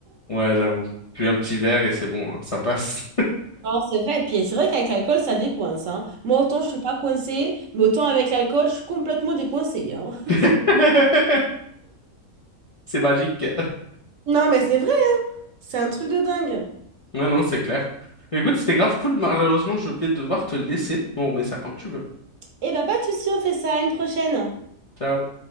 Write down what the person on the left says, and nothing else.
Ouais, j'avoue. Puis un petit verre et c'est bon, hein, ça passe.
<laughs> C'est magique.
Ouais, non, c'est clair. Écoute, c'était grave cool. Malheureusement, je vais devoir te laisser. Bon, mais ça quand tu veux.
Ciao.